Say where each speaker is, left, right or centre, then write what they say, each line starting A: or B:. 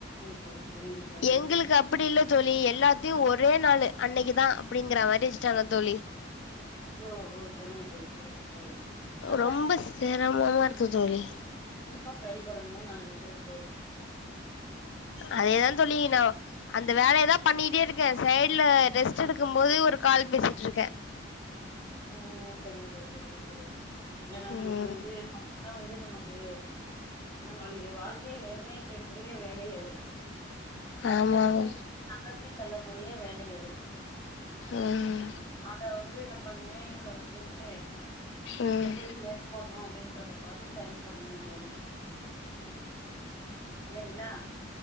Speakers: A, on the left (about 25°); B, on the left (about 65°).
A: சரிங்க தோழி சரிங்க தோழி
B: எங்களுக்கு அப்படி இல்ல தோழி எல்லாத்தையும் ஒரே நாள் அன்னைக்குதான் அப்படிங்கற மாதிரி வச்சுட்டாங்க தோழி
A: ஓ ஓ சரிங்க தோழி சரிங்க தோழி அதுதா
B: ரொம்ப சே <unintelligible> மா இருக்கு தோழி
A: மா செயல்படணும்னு நான் நினைக்கிறேன் தோழி
B: அதேதான் தோழி நா அந்த வேலயதான் பண்ணிட்டே இருக்கேன் சைடு்ல ரெஸ்ட் எடுக்கும் போது ஒரு கால் பேசிட்டு இருக்கேன்
A: உம் செரிங்க தோழி செரிங்க சரி ஏன்னா
B: ம்
A: நமக்கு வந்து <unintelligible> வந்து நமக்கு நம்மளுடைய வாழ்க்கைய நிர்ணய க்க கூடிய வேலை அது அடுத்த
B: ஆமாங்க
A: கட்ட நகத்தி தல்லக்கூடிய வேலை கிடையது
B: ம்
A: அத வந்து நம்ம நினைவுல வச்சுக்கிட்டு
B: ம்
A: எப்படி ச போடறும் அப்படின்னு <unintelligible> பார்த்து செயல்படணும் தோழி இல்லைங்ளா